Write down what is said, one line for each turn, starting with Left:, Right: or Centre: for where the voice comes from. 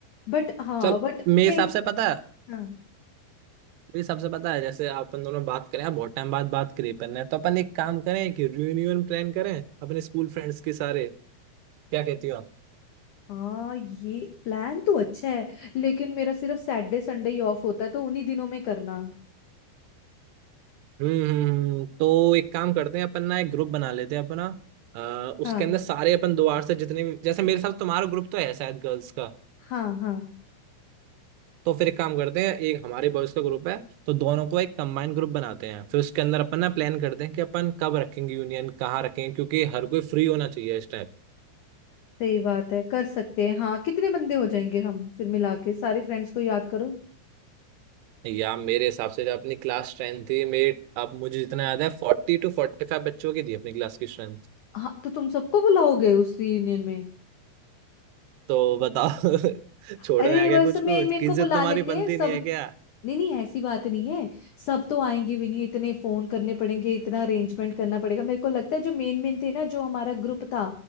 Left: बट हाँ
Right: चल
Left: बट
Right: मेरे
Left: खेल
Right: हिसाब से पता है
Left: हाँ
Right: मेरे हिसाब से पता है जैसे अपन दोनों बात करें आप बहुत टाइम बाद बात करी अपन ने तो अपन एक काम करें कि रियूनियन प्लान करें अपने स्कूल फ्रेंड्स के सारे क्या कहती हो
Left: हाँ ये प्लान तो अच्छा है लेकिन मेरा सिर्फ सैटरडे संडे ही ऑफ होता है तो उन्हीं दिनों में करना
Right: हम्म हम्म, हम्म। तो एक काम करते हैं अपन ना एक ग्रुप बना लेते हैं अपना अ, उसके
Left: हाँ
Right: अंदर सारे अपन दोबार से जितने भी जैसे मेरे साथ तुम्हारा ग्रुप तो है शायद गर्ल्स का
Left: हाँ हाँ
Right: तो फिर एक काम करते हैं एक हमारे बॉयज का ग्रुप है तो दोनों को एक कंबाइंड ग्रुप बनाते हैं फिर उसके अंदर अपन ना प्लान करते हैं कि अपन कब रखेंगे यूनियन कहाँ रखेंगे क्योंकि हर कोई फ्री होना चाहिए इस टाइम
Left: सही बात है कर सकते हैं हाँ कितने बंदे हो जाएंगे हम फिर मिला के सारे फ्रेंड्स को याद करो
Right: या मेरे हिसाब से जो अपनी क्लास स्ट्रेंथ थी मेरे अब मुझे जितना याद है फोर्टी टू फोर्टी फाइव बच्चों की थी अपनी क्लास की स्ट्रेंथ
Left: हाँ तो तुम सबको बुलाओगे उस रियूनियन में
Right: तो बताओ <laughs> छोड़ने
Left: अरे
Right: आ गया
Left: बस
Right: कुछ कुछ
Left: मेन मेन
Right: किज्जत
Left: को बुला
Right: तुम्हारी
Left: लेते
Right: बनती
Left: हैं सब
Right: नहीं है क्या
Left: नहीं नहीं ऐसी बात नहीं है सब तो आएंगे भी नहीं इतने फोन करने पड़ेंगे इतना अरेंजमेंट करना पड़ेगा मेरे को लगता है जो मेन मेन थे ना जो हमारा ग्रुप था